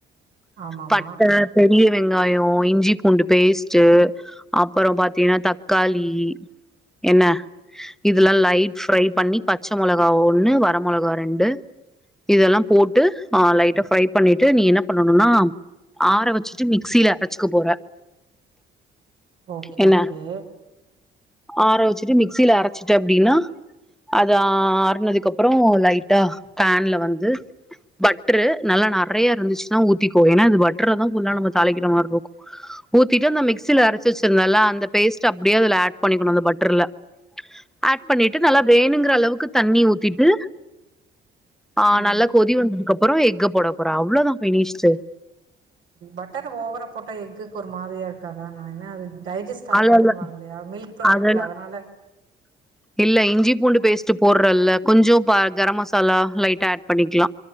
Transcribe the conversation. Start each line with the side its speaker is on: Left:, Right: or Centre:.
Right: ஆமாம்மா
Centre: பட்ட பெரிய வெங்காயோ இஞ்சி பூண்டு பேஸ்ட்டு அப்பறோ பாத்தீன்னா தக்காளி என்ன இதெல்லா லைட் ஃப்ரை பண்ணி பச்ச மிளகா ஒன்னு வர மிளகா ரெண்டு இதெல்லா போட்டு ஆ லைட்டா ஃப்ரை பண்ணீட்டு நீ என்ன பண்ணணுன்னா ஆற வச்சிட்டு மிக்சில அரச்சுக்க போற
Right: ஓகே
Centre: என்ன
Right: ஓகே
Centre: ஆற வச்சிட்டு மிக்சில அரச்சிட்ட அப்டின்னா அத ஆறனதுக்கப்றோ லைட்டா பேன்ல வந்து பட்ரு நல்லா நெறயா இருந்துச்சின்னா ஊத்திக்கோ ஏன்னா இது பட்டர்லதா ஃபுல்லா நம்ம தாளிக்கிற மாரி இருக்கு ஊத்தீட்டு அந்த மிக்சில அரச்சி வச்சிருந்தல அந்த பேஸ்ட் அப்டியே அதுல ஆட் பண்ணிக்கணு அந்த பட்டர்ல ஆட் பண்ணீட்டு நல்லா வேணுங்ற அளவுக்கு தண்ணி ஊத்தீட்டு ஆ
Right: ம்
Centre: நல்லா கொதி வந்ததுக்கு அப்றோ எஃக்க போட போறோ அவ்ளோதா பினிஷ்டு
Right: பட்டர ஓவர போட்ட எஃக்க்கு ஒரு மாதிரியா இருக்காதா அதா நா என்ன அது டைஜெஸ்ட் ஆகாதுன்னு
Centre: அதெல்லா
Right: வாங்கலே மில்க் ப்ராடக்ட்ல
Centre: அதெல்லா
Right: அதனால
Centre: இல்ல இஞ்சி பூண்டு பேஸ்ட் போடுறல்ல கொஞ்சோ ப கரம் மசாலா லைட்டா ஆட் பண்ணிக்கலா